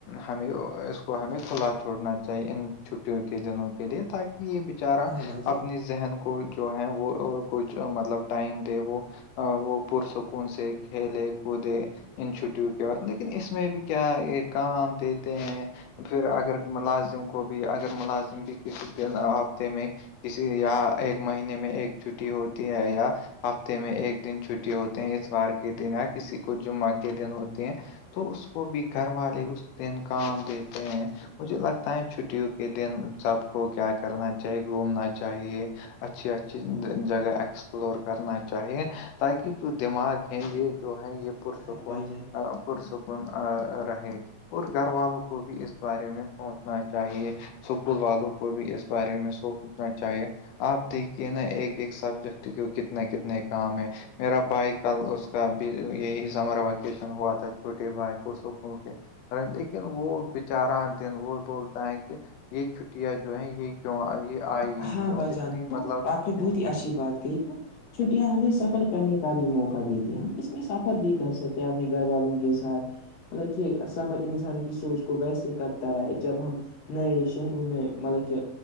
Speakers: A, on the left; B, on the left.
A: ہمیں اس کو ہم کھلا چ چھوڑنا چاہیے ان چھٹیوں کے دنوں کے لیے تاکہ یہ بیچارہ
B: ہاں بھائی جان
A: اپنی ذہن کو جو ہے وہ کچھ مطلب ٹائم دے وہ وہ پرسکون سے کھیلے کودے ان چھٹیوکے بعد لیکن اس میں بھی کیا یہ کام دیتے ہیں پھر اگر ملازم گو بھی اگر ملازم بھی کسی دن ہفتے میں کسی یا ایک مہینے میں ایک چھٹی ہوتی ہے یا ہفتے میں ایک دن چھٹی ہوتی ہیں اتوار کے دن یا کسی کو جمعہ کے دن ہوتی ہیں تو اس کو بھی گھر والے اس سے ان کام دیتے ہیں مجھے لگتا ہے چھٹیوں کے دن سب کو کیا کرنا چاہیے گھومنا چاہیے اچھی اچھی جگہ اسپلور کرنا چاہیے تاکہ جو دماغ یہ جو ہے یہ <unintelligible> پرسکون
B: ہاں بھائی جان
A: پرسکون رہے اور گھر والوں کو بھی اس بارے میں سوچنا چاہیے اسکول والوں کو بھی اس بارے میں سوچنا چاہیے آپ دیکھیے نا ایک ایک سبجیکٹ کے کتنے کتنے کام ہے میرا بھائی کل اس کا بھی یہی سمر ویکیشن ہوا تھا چھوٹے بھائی کو سکول کے لیکن وہ بیچارہ دن وہ بولتا ہے کہ یہ چھٹیاں جو ہے یہ کی آئی <unintelligible>
B: ہاں بھائی جان
A: اتنی
B: تو
A: مطلب
B: آپ نے
A: ات-
B: بہت ہی اچھی بات کہی تو چھٹیاں ہمیں سفر کرنے کا بھی موقع دیتی ہے ہم اس میں سفر بھی کر سکتے ہیں اپنے گھر والوں کے ساتھ مطلب کہ سفر انسان کی سوچ کو ویسے کرتا ہے جب ہم نئے شہروں میں مطلب کہ